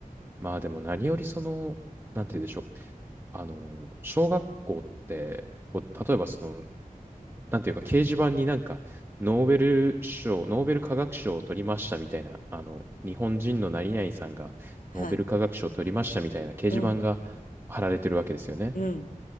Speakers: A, on the right; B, on the left.
A: まあ、でも何よりその、なんて言うんでしょう。あの、小学校って、こう、例えばその、なんていうか、掲示板になんか、ノーベル賞、ノーベル化学賞を取りましたみたいな、あの、日本人の何々さんが、
B: はい、
A: ノーベル化学賞を取りましたみたいな掲示板が貼られてるわけですよね。
B: うん、うん、